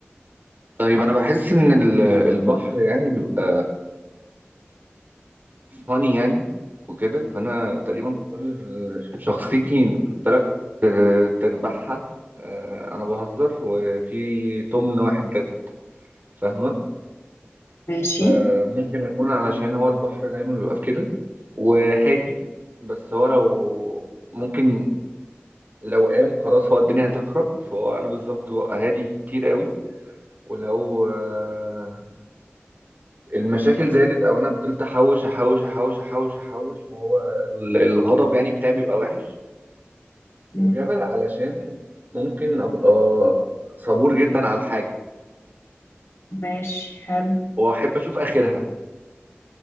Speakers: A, on the right; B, on the left.
A: طيب انا بحس ان ال- البحر يعني بيبقى فاني يعني وكده فانا تقريبا كل ال- شخصيتي تلات تر- تربعها آه، انا بهزر وفي تمن واحد جد فاهمه
B: ماشي
A: فممكن اكون علشان هو البحر دايما بيبقى في كده وهادي بس هو لو ممكن لو قام خلاص هو الدنيا هتخرب فهو انا بالظبط ببقى هادي كتير قوي ولو آه، المشاكل زادت او انا فضلت احوش احوش احوش احوش احوش فهو ال- الغضب يعني بتاعي بيبقى وحش
B: مم.
A: وجبل علشان ممكن ابقى صبور جدا على الحاجة
B: ماشي حلو
A: واحب اشوف اخرها